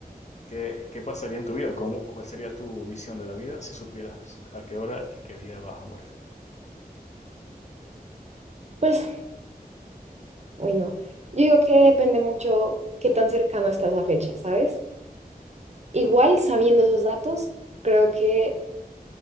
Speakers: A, on the left; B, on the right.
A: ¿Qué, qué pasaría en tu vida? ¿Cómo, cuál sería tu visión de la vida si supieras a qué hora y qué día vas a morir?
B: pues, uy, no. Yo digo que depende mucho qué tan cercano estás a fecha, ¿sabes? Igual, sabiendo esos datos, creo que